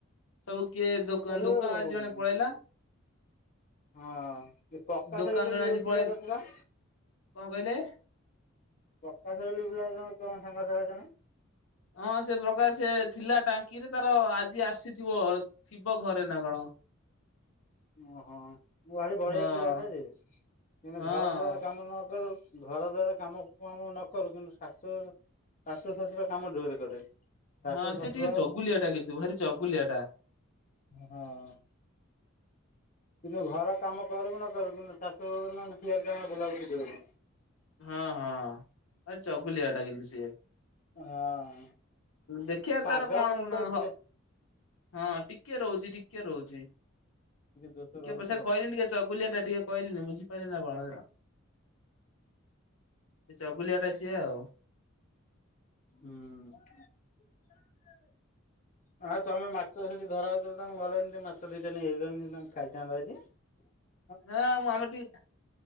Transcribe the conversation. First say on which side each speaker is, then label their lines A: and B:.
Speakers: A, on the left (about 85°); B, on the left (about 40°).
A: ସବୁ କିଏ ଦୋକ
B: ଏ ଯୋଉ
A: ଦୋକାନ ଆଜି ଜଣେ ପଳେଇଲା।
B: ହଁ ଯୋଉ ପ୍ରକାଶ
A: ଦୋକାନ
B: ବୋଲି
A: ଜଣେ
B: ଯୋଉ
A: ଆଜି ପଳେଇ
B: ପିଲା ଟା ଥିଲା?
A: କଣ କହିଲେ?
B: ପ୍ରକାଶ ବୋଲି ପିଲା ଜଣେ ସାଙ୍ଗ ଥିଲା ଜଣେ?
A: ହଁ ସେ ପ୍ରକାର ସେ ଥିଲା ଟାଙ୍କିରେ ତାର ଆଜି ଆସିଥିବ। ଥିବ ଘରେ ନା କଣ?
B: <inaudible> ଓହୋ ମୁଁ ଭାବିଲି ବଢିଆ
A: ହଁ
B: ପିଲାଟା ଯେ କିନ୍ତୁ
A: ହଁ
B: ଘର ଦ୍ଵାର କାମ ନ କରୁ ଘର ଦ୍ଵାର କାମ ନ କରୁ କିନ୍ତୁ ଶାଶୁ, ଶାଶୁ ଶାଶୁର କାମ ଜୋରେ କରେ। ଶାଶୁ
A: ହଁ
B: ଶାଶୁର,
A: ସେ ଟିକେ ଚଗୁଲିଆ ଟା କିନ୍ତୁ ଭାରି ଚଗୁଲିଆ ଟା
B: ହଁ। କିନ୍ତୁ ଘର କାମ କରୁ ନ କରୁ କିନ୍ତୁ ଶାଶୁୁ ସିଏ <unintelligible>
A: ହଁ ହଁ। ଭାରି ଚକୁଲିଆ ଟା କିନ୍ତୁ ସିଏ।
B: ହଁ
A: ଦେଖିବା
B: ପାଗଳ
A: ତାର କଣ
B: ମୁଣ୍ଡ ଟିକେ
A: ହଁ ହଁ ଟିକେ ରହୁଛି, ଟିକେ ରହୁଛି,
B: ଦୋଷ
A: ଟିକେ
B: ରହୁଛି
A: ପଇସା
B: ଆଉ
A: ଖହିଲେଣି ଟିକେ ଚ ବୁଲିଆ ଟା ଟିକେ କହିଲି ବୁଝି ପାରିଲି ନା <unintelligible> ସେ ଚଗୁଲିଆ ଟା ସିଏ ଆଉ।
B: ହୁଁ। ଆଁ ତମେ ମାଛ ସେଠି ଧରା ହଉଥିଲା ତମକୁ ଗଲେଣି ମାଛ ଦିଟା ନେଇ ଆସିଥାନ୍ତ ଖାଇଥାନ୍ତ ଆଜି। ହ
A: ହଁ ମୁଁ ଆମେ ଟିକେ,